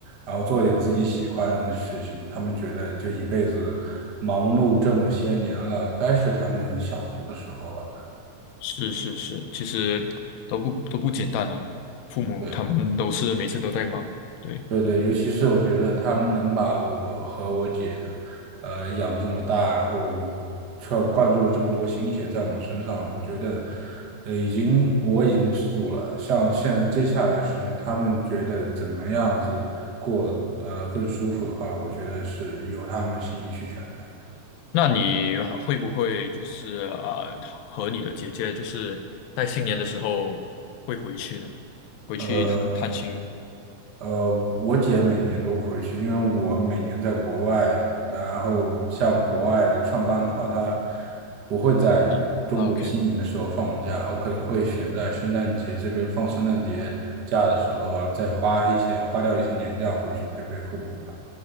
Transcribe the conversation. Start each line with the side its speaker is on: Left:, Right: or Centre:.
Right: 然后做点自己喜欢的事情。他们觉得这一辈子忙碌这么些年了，该是他们享福的时候了吧？
Left: 是是是，其实都不都不简单啊，父母他们都是每次都在忙，
Right: 对。
Left: 对。
Right: 对对，尤其是我觉得他们能把我和我姐，呃，养这么大，然后却灌注了这么多心血在我们身上，我觉得，呃，已经我已经知足了。像现在接下来的时间，他们觉得怎么样子过，呃，更舒服的话，我觉得是由他们心意去选的。
Left: 那你会不会就是呃和你的姐姐就是在新年的时候会回去呢？回去探探亲
Right: 呃，呃，我姐每年都回去，因为我每年在国外，然后像国外的上班的话，她不会在中国新年的时候放假，
Left: 是啊，OK
Right: 我可能会选在圣诞节这边放圣诞节假的时候啊，再花一些花掉一些年假回去陪陪父母吧。